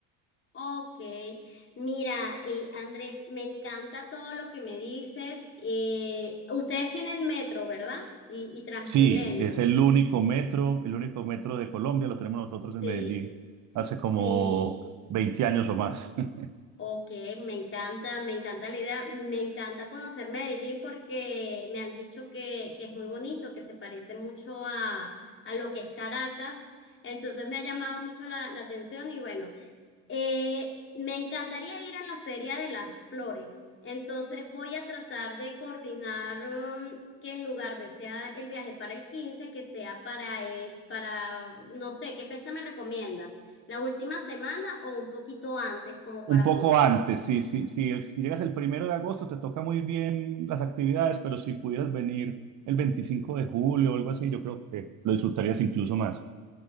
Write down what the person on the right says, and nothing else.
Sí, es el único metro, el único metro de Colombia, lo tenemos nosotros en
Medellín hace como
20 años o más. <laughs>
Un poco
antes, sí, sí, sí, el- si llegas el primero de agosto te toca muy bien las actividades, pero si pudieras venir el 25 de julio o algo así, yo creo que lo disfrutarías incluso más.